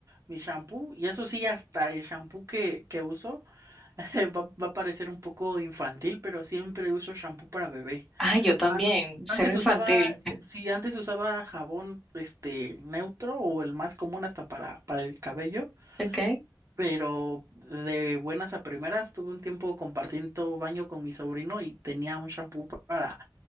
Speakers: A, on the right (about 35°); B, in the centre.
A: mi shampoo, y eso sí, hasta el shampoo que, que uso <laughs> va, va a parecer un poco infantil, pero siempre uso shampoo para bebé.
B: Ah, yo también,
A: A-
B: cero
A: Antes
B: infantil.
A: usaba, sí, antes usaba jabón este neutro o el más común hasta para, para el cabello.
B: Ok.
A: pero de buenas a primeras tuve un tiempo compartiendo baño con mi sobrino y tenía un shampoo para,